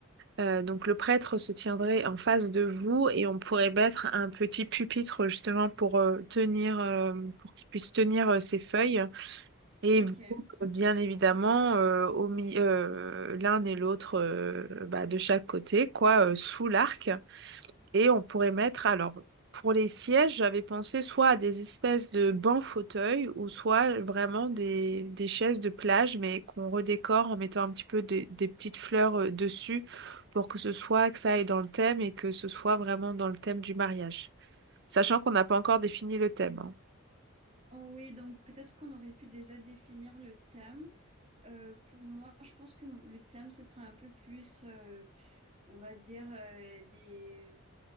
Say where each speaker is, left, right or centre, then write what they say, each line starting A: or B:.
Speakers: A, on the right; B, on the right.
A: Euh, donc le prêtre se tiendrait en face de vous et on pourrait mettre un petit pupitre justement pour euh, tenir, euh, pour qu'il puisse tenir euh, ses feuilles. Et
B: Ok.
A: vous, euh, bien évidemment, euh, au mi- euh, l'un et l'autre euh, bah, de chaque côté, quoi, euh, sous l'arc. Et on pourrait mettre, alors, pour les sièges, j'avais pensé soit à des espèces de bancs fauteuils ou soit vraiment des, des chaises de plage, mais qu'on redécore en mettant un petit peu de- des petites fleurs euh, dessus pour que ce soit, que ça aille dans le thème et que ce soit vraiment dans le thème du mariage. Sachant qu'on n'a pas encore défini le thème. hein.
B: Oh oui, donc peut-être qu'on aurait pu déjà définir le thème. Euh, pour moi, je pense que le thème, ce sera un peu plus, euh, on va dire, euh, des...